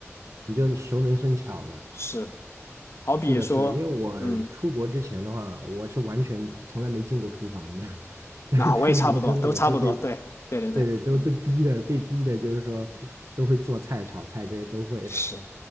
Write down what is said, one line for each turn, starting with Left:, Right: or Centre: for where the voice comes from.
Right: 你就熟能生巧的。
Left: 是，好比说，
Right: 是的，是的，因为我出国之前的话，
Left: 嗯，
Right: 我是完全从来没进过厨房的，<laughs> 但是出国之后也是被，
Left: 那、我也差不多，都差不多，对，对对对，
Right: 对对，都都逼的，被逼的，就是说都会做菜、炒菜这些都会的。
Left: 是。